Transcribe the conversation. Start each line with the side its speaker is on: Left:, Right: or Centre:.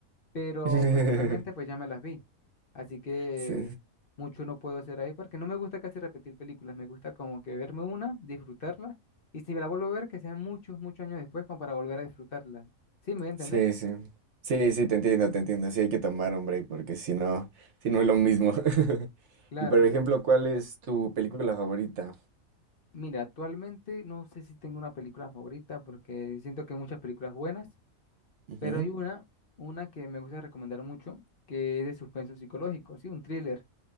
Left: pero
Right: <laughs>
Left: personalmente pues ya me las vi. Así que
Right: Sí,
Left: mucho no puedo hacer ahí porque no me gusta casi repetir películas. Me gusta como que verme una, disfrutarla. Y si me la vuelvo a ver, que sean muchos, muchos años después como para volver a disfrutarla. ¿Sí me voy a entender?
Right: sí, sí. Sí, sí, te entiendo, te entiendo. Sí, hay que tomar un break porque si no, si no es lo mismo. <laughs>
Left: Claro,
Right: Y por ejemplo, ¿cuál es tu película favorita?
Left: Mira, actualmente no sé si tengo una película favorita porque siento que hay muchas películas buenas,
Right: Ujú,
Left: pero hay una, una que me gusta recomendar mucho, que es de suspenso psicológico, sí, un thriller.